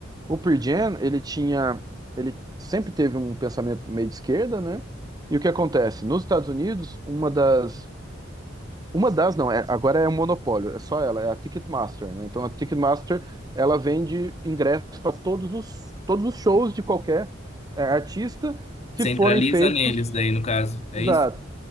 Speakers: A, on the right; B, on the left.
A: O Pearl Jam, ele tinha, ele sempre teve um pensamento meio de esquerda, né? E o que acontece? Nos Estados Unidos, uma das, uma das não, é, agora é um monopólio, é só ela, é a Ticketmaster, né? Então a Ticketmaster, ela vende ingressos para todos os, todos os shows de qualquer é, artista,
B: Centraliza
A: se forem feitos,
B: neles daí, no caso. É
A: exato,
B: isso?